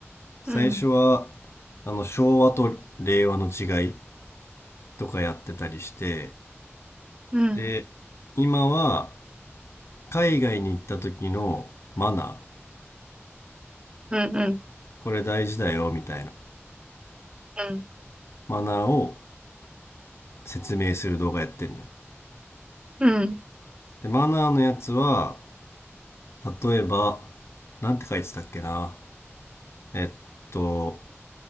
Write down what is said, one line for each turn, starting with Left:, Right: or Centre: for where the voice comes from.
Left: 最初は
Right: うん、
Left: あの昭和と令和の違いとかやってたりして
Right: うん、
Left: で今は海外に行った時のマナー
Right: うん、うん、
Left: これ大事だよみたいな
Right: うん、
Left: マナーを説明する動画やってんのよ
Right: うん、
Left: でマナーのやつは例えばなんて書いてたっけなえっと、